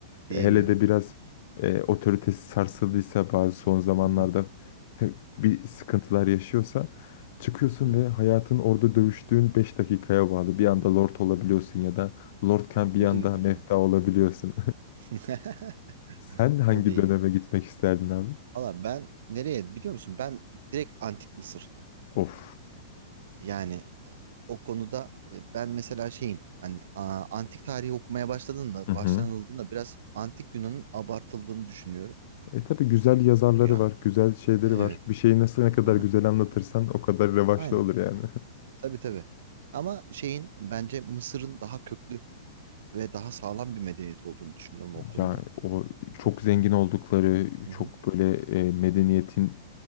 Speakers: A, on the right; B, on the left.
A: Diyemiyor.
B: Hele de biraz e, otoritesi sarsıldıysa bazı son zamanlarda
A: Hı hı.
B: te- bir sıkıntılar yaşıyorsa çıkıyorsun
A: Evet.
B: ve hayatın orada dövüştüğün 5 dakikaya bağlı. Bir
A: Hı
B: anda
A: hı.
B: lord olabiliyorsun ya da Lordken bir
A: O
B: anda
A: da güzel.
B: mefta
A: Evet.
B: olabiliyorsun.
A: <laughs>
B: <laughs> Sen hangi
A: O da iyi.
B: döneme gitmek isterdin abi?
A: Valla ben nereye biliyor musun? Ben direkt Antik Mısır.
B: Of.
A: Yani o konuda e, ben mesela şeyim. Hani a, antik tarihi okumaya başladığında,
B: Hı hı.
A: başlanıldığında biraz antik Yunan'ın abartıldığını düşünüyorum.
B: E tabii güzel yazarları
A: Yani
B: var, güzel şeyleri
A: e, evet.
B: var. Bir şeyi nasıl ne kadar
A: Hı hı.
B: güzel anlatırsan o kadar revaçlı
A: Aynen.
B: olur yani. <laughs>
A: Tabii tabii. Ama şeyin bence Mısır'ın daha köklü ve daha sağlam bir medeniyet olduğunu düşünüyorum o konuda.
B: Ya o çok zengin oldukları,
A: Hı
B: çok
A: hı.
B: böyle e, medeniyetin